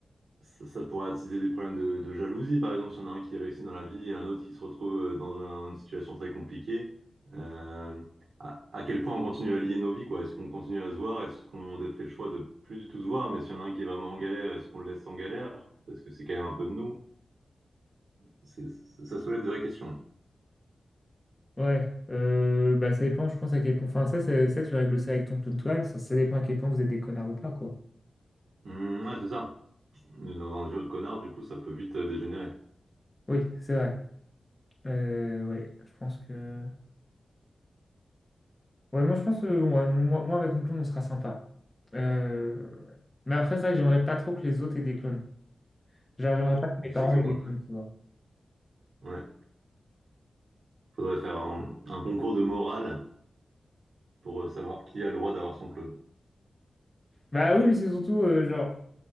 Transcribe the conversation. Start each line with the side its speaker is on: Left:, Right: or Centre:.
Right: Ça, ça pourrait attiser des problèmes de, de jalousie, par exemple, si on a un qui réussit dans la vie et un autre qui se retrouve euh, dans un- une situation très compliquée. Euh, à, à quel point on continue à lier nos vies, quoi? Est-ce qu'on continue à se voir? Est-ce qu'on fait le choix de plus du tout se voir? Mais s'il y en a un qui est vraiment en galère, est-ce qu'on le laisse en galère? Parce que c'est quand même un peu de nous. C'est- c'est- ça soulève des vraies questions.
Left: Ouais, euh, bah ça dépend, je pense à quel point. Enfin, ça, ça, ça, tu règles ça avec ton clown toi ça, ça dépend à quel point vous êtes des connards ou pas, quoi.
Right: Hum, ouais, c'est ça. Dans un duo de connards, du coup, ça peut vite euh, dégénérer.
Left: Oui, c'est vrai. Euh, ouais, je pense que. Ouais, moi, je pense que ouais, moi, moi, avec mon clone, on sera sympa. Euh, Mais après, c'est vrai que j'aimerais pas trop que les autres aient des clones. Genre, j'aimerais pas que mes
Right: C'est
Left: parents
Right: que
Left: aient
Right: moi.
Left: des clones, tu vois.
Right: Ouais. Faudrait faire un, un concours de morale pour euh, savoir qui a le droit d'avoir son clone.
Left: Bah oui, mais c'est surtout, euh, genre,